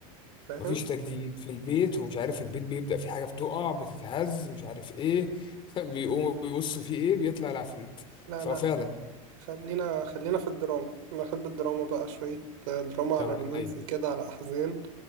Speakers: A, on the right; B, on the left.
A: فاهم
B: مفيش تجديد في البيت ومش عارف البيت بيبدأ في حاجه بتقع بتتهز مش عارف ايه <laughs> بيقوموا بيبصوا في ايه بيطلع العفريت
A: لا
B: ففعلا
A: لا خ- خلينا خلينا في الدراما أنا أحب الدراما بقى شوية دراما على
B: طب عينيا
A: رومانسي كده على أحزان